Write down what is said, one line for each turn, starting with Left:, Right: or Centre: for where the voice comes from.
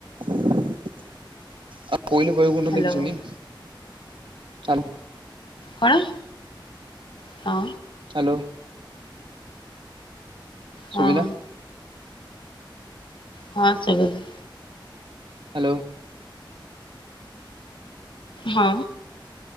Right: ଆଉ ପହଲେ ବୈକୁଣ୍ଠ
Left: ହ୍ୟାଲୋ
Right: ଦେଖିଛନ୍ତି? ଚାଲ
Left: କଣ ହଁ
Right: ହ୍ୟାଲୋ ଶୁବିଲା?
Left: ହଁ ହଁ ଶୁଭୁଛି।
Right: ହ୍ୟାଲୋ।
Left: ହଁ।